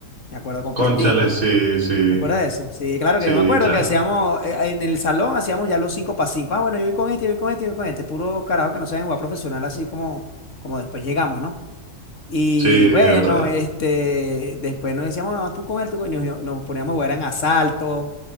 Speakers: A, on the left; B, on the right.
A: Me acuerdo completico.
B: Cónchale, sí, sí.
A: ¿Te acuerdas de eso? Sí, claro
B: Sí,
A: que yo me acuerdo
B: claro.
A: que hacíamos, eh, en el salón hacíamos ya los 5 para 5. Ah, bueno, yo voy con este, yo voy con este, yo voy con este. Puro carajo que no saben jugar profesional así como, como después llegamos, ¿no? Y
B: Sí,
A: bueno,
B: verdad.
A: este, después nos decíamos, no, tú con él, tú con él", y nos, nos poníamos a jugar en asalto,